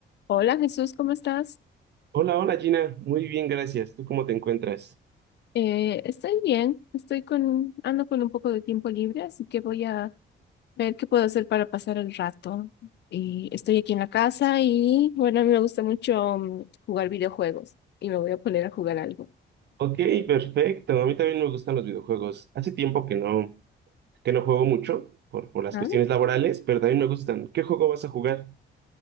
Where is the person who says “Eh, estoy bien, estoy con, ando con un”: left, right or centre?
Left